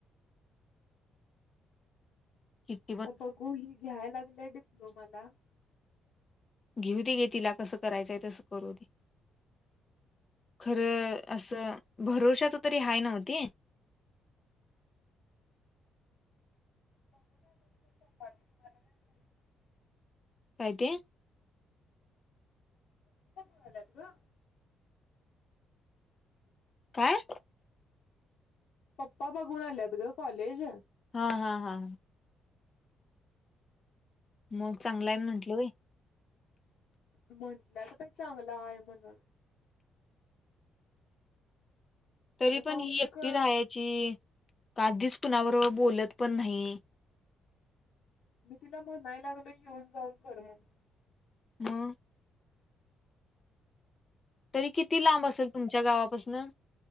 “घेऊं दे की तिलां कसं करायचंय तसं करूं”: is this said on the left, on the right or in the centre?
Left